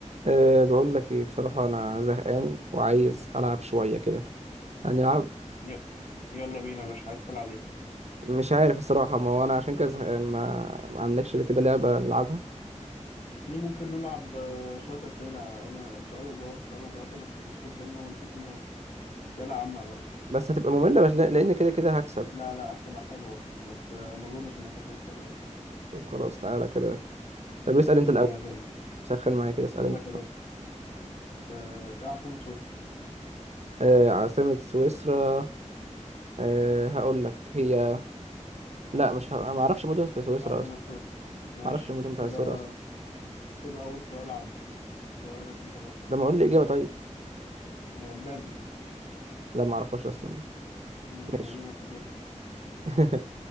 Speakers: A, on the right (about 60°); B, on the left (about 80°).
A: أه بقول لك ايه بصراحة انا زهقان وعايز العب شوية كده تعال نلعب
B: ي- يلا بينا يا باشا عايز تلعب ايه
A: مش عارف الصراحة ما هو انا عشان كده زهقان ما, ما عندكش كده لعبة نلعبها
B: في ممكن نلعب آه، شوية أسئلة أنا سؤال وجواب سؤال وجواب ونحسب سكور بينا ونشوف مين هيكسب أسئلة عامة بقى
A: بس هتبقى مملة بس لا- لان كده كده هكسب
B: لا لا هتبقى حلوة بس آه، ما أظنش إنك هتكسب يعني
A: طب خلاص تعالى كده طب اسأل انت الاول
B: هيا بنت
A: سخن معايا كده اسأل
B: سؤالك
A: انت الاول
B: يا باشا آه، إيه عاصمة سويسرا
A: أه عاصمة سويسرا أه هقول لك هي لا مش ه... ما اعرفش مدن في سويسرا
B: عاصمة
A: اصلا
B: سويسرا ماشي
A: ما اعرفش المدن بتاع
B: كده
A: سويسرا اصلا
B: كده أول سؤال عدى سؤالك أنت بقى
A: ده ما اقول لي اجابة طيب
B: آه، بيرن
A: لا ما اعرفهاش اصلا
B: مم،
A: ماشي
B: مدينة في سويسرا
A: <laughs>